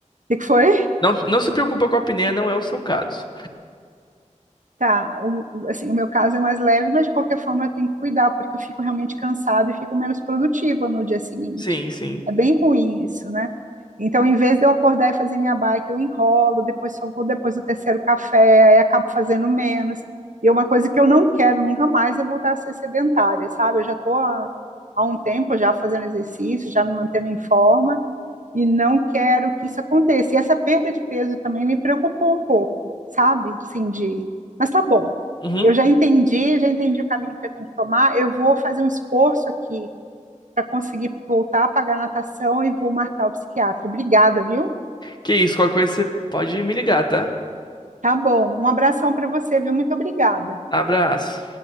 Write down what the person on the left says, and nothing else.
Não, não se preocupa com a apneia, não é o seu caso.
Sim, sim.
Uhum.
Que isso, qualquer coisa você pode me ligar, tá?
Abraço.